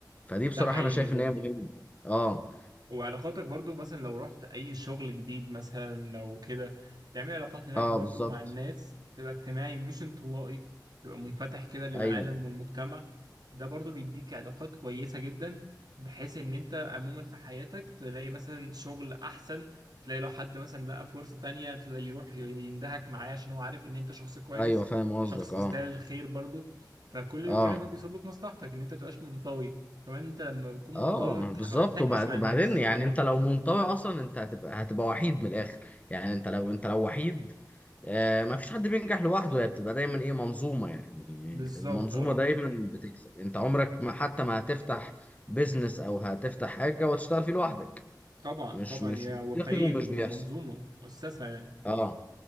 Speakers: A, on the left (about 20°); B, on the right (about 65°).
A: فدي بصراحه
B: ده حقيقي
A: انا شايف
B: برضه
A: ان هي مهمه اه
B: وعلاقاتك برضو مثلا لو رحت أي شغل جديد مثلا لو كده تعمل علاقات هناك
A: اه
B: برضو
A: بالظبط
B: مع الناس تبقى اجتماعي مش انطوائي تبقى منفتح كده للعالم
A: ايوه
B: والمجتمع ده برضو بيديك علاقات كويسة جدا بحيث إن أنت عموما في حياتك تلاقي مثلا شغل أحسن تلاقي لو حد مثلا لقى فرصة تانية تلاقي يروح يندهك معاه عشان هو عارف إن أنت شخص كويس
A: ايوه فاهم قصدك
B: شخص تستاهل
A: اه
B: الخير برضو فكل
A: اه
B: الكلام ده بيصب في مصلحتك إن أنت تبقاش منطوي كمان انت لما بتكون
A: اه
B: منطوي ما بتح-
A: بالظبط
B: ما بتحتكش
A: وبعدين
B: مع الناس
A: بعدين يعني
B: اه
A: انت لو منطوي اصلا انت هتبقى هتبقى وحيد من الاخر يعني انت لو انت لو وحيد آه ما فيش حد بينجح لوحده هي بتبقى دايما ايه منظومه يعني
B: بالظبط
A: المنظومه
B: اه
A: دايما بتكسب انت عمرك ما حتى ما هتفتح بيزنس او هتفتح حاجه وتشتغل فيه لوحدك
B: طبعا
A: مش
B: طبعا
A: مش
B: يا
A: منطقي
B: هو فريق
A: ومش
B: ومنظومه
A: بيحصل
B: مؤسسه يعني
A: اه